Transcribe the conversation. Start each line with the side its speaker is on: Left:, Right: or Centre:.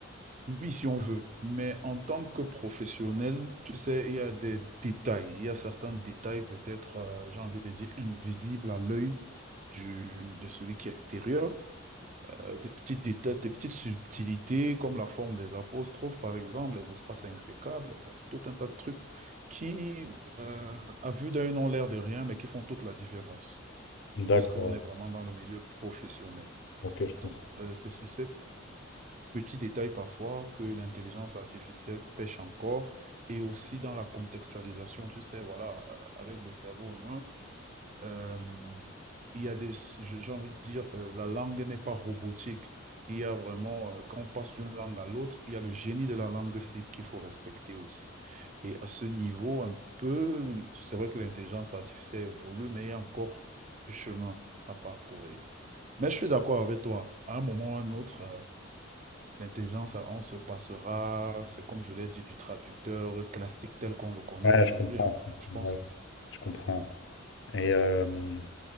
Right: Oui, si on veut, mais en tant que professionnel, tu sais, il y a des détails, il y a certains détails peut-être, euh, j'ai envie de dire, invisibles à l'œil du, de celui qui est extérieur euh, des petites détails, des petites subtilités comme la forme des apostrophes, par exemple, les espaces insécables, bon, tout un tas de trucs qui, euh, à vue d'œil, n'ont l'air de rien, mais qui font toute la différence
Left: D'accord,
Right: lorsqu'on est vraiment dans le milieu professionnel.
Left: ok, je comprends.
Right: Donc, euh, c'est sur ces petits détails parfois que l'intelligence artificielle pêche encore, et aussi dans la contextualisation, tu sais, voilà, euh, avec le cerveau humain. Euh, il y a des, je- j'ai envie de dire, euh, la langue n'est pas robotique. Il y a vraiment, euh, quand on passe d'une langue à l'autre, il y a le génie de la langue cible qu'il faut respecter aussi. Et à ce niveau, un peu, c'est vrai que l'intelligence artificielle évolue, mais il y a encore du chemin à parcourir. Mais je suis d'accord avec toi. À un moment ou à un autre, euh, l'intelligence, euh, on se passera, c'est comme je l'ai dit, du traducteur classique tel qu'on le connaît
Left: Ouais,
Right: aujourd'hui,
Left: je comprends,
Right: hein.
Left: je comprends.
Right: Je pense.
Left: ouais, je comprends.
Right: Ouais,
Left: Et, euh,